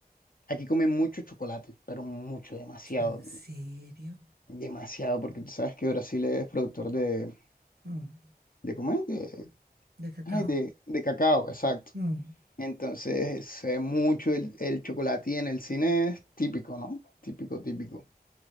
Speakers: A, on the left (about 60°); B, on the right (about 80°).
A: Aquí comen mucho chocolate, pero mucho, demasiado,
B: ¿En serio?
A: demasiado, porque tú sabes que Brasil es productor de,
B: Mm,
A: de ¿cómo es? De,
B: de cacao.
A: ay, de, de cacao, exacto.
B: Mm.
A: Entonces se ve mucho el, el chocolate y en el cine es típico, ¿no? Típico, típico.